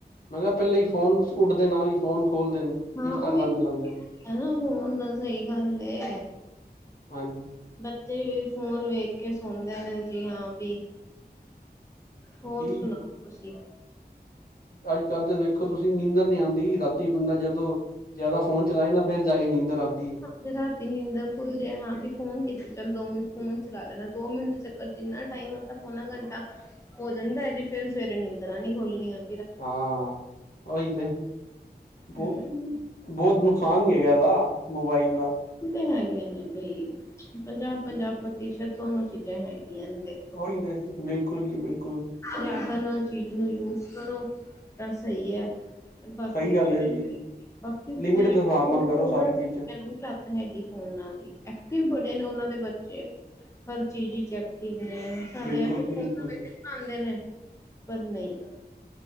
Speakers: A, on the left; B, on the left.
A: ਮੈਂ ਕਿਆ ਪੈਲੇ ਈ ਫੋਨ ਉੱਡਦੇ ਨਾਲ ਈ ਫੋਨ ਖੋਲਦੇ ਨੇ।
B: ਹਾਂ
A: ਇੰਸਟਾਗ੍ਰਾਮ
B: ਓਹੀ
A: ਚਲਾਉਂਦੇ
B: <unintelligible>
A: ਨੇ
B: ਨਾ ਫੋਨ ਨਾਲ ਸਈ ਗੱਲ ਏ।
A: ਹਾਂਜੀ
B: ਬੱਚੇ ਵੀ ਫੋਨ ਵੇਖ ਕੇ ਸੌਂਦੇ ਨੇ ਜੀ ਹਾਂ ਵੀ। ਹੋਰ
A: ਜੀ
B: ਸੁਣਾਓ ਤੁਸੀ।
A: ਅੱਜ ਕੱਲ੍ਹ ਤੇ ਵੇਖੋ ਤੁਸੀਂ ਨੀਂਦਣ ਨੀ ਆਂਦੀ ਰਾਤੀ ਬੰਦਾ ਜਦੋਂ ਜਾਦਾ ਫੋਨ ਚਲਾਏ ਨਾ ਫੇਰ ਜਾ ਕੇ ਨੀਂਦਰ ਆਂਦੀ ਏ।
B: ਜੇ ਰਾਤੀ ਨੀਂਦਰ ਖੁੱਲ ਜੇ ਹਾਂ ਵੀ ਫੋਨ ਕੀਤੀ ਚੱਲ ਦੋ ਮਿੰਟ ਫੋਨ ਚਲਾ ਲੈਣਾ ਦੋ ਮਿੰਟ ਚੱਕਰ ਜਿੰਨਾ ਟਾਈਮ ਅੱਧਾ ਪੌਣਾ ਘੰਟਾ ਹੋ ਜਾਂਦਾ ਜੀ ਫੇਰ ਸਵੇਰੇ ਨੀਂਦਰਾਂ ਨੀ ਖੋਲਣੀਆਂ।
A: ਹਾਂ ਓਹੀ ਤੇ। <unintelligible>
B: ਹਮ
A: ਬੋਤ ਨੁਕਸਾਨ <unintelligible> ਓਦਾ ਮੋਬਾਈਲ ਦਾ।
B: ਤੇ ਹੈਗੇ ਨੇ ਬਈ ਪੰਜਾਹ ਪੰਜਾਹ ਪ੍ਰਤੀਸ਼ਤ ਦੋਨੋ ਚੀਜ਼ਾਂ ਹੈਗੀਆਂ ਨੇ ਤੇ।
A: ਓਹੀ <unintelligible> ਤੇ ਬਿਲਕੁੱਲ ਜੀ ਬਿਲਕੁੱਲ।
B: ਜਾਦਾ ਨਾ ਚੀਜ਼ ਨੂੰ ਯੂਜ ਕਰੋ ਤਾਂ ਸਈ ਐ। ਬਾਕੀ
A: ਸਹੀ
B: ਗੱਲ
A: ਹੈ ਜੀ
B: ਬਾਕੀ
A: ਲਿਮਿਟ
B: ਮੈਂ
A: ਦੇ ਹਿਸਾਬ ਨਾਲ
B: ਕਯਾ
A: ਕਰੋ
B: ਫੋਰਨ
A: ਸਾਰੀ ਚੀਜ਼ਾਂ
B: <inaudible> <unintelligible> ਲੱਤ ਹੈਗੀ ਫੋਨਾਂ ਦੀ ਐਕਟਿਵ ਬੜੇ ਨੇ ਓਨਾਂ ਦੇ ਬੱਚੇ। ਹਰ ਚੀਜ਼ ਚ ਐਕਟਿਵ ਨੇ ਸਾਡੇ
A: ਬਿਲਕੁਲ
B: ਐਥੇ
A: ਜੀ
B: ਫੋਨਾਂ
A: ਬਿਲਕੁਲ
B: ਤੇ <unintelligible> ਆਂਦੇ ਨੇ ਪਰ ਨਈ।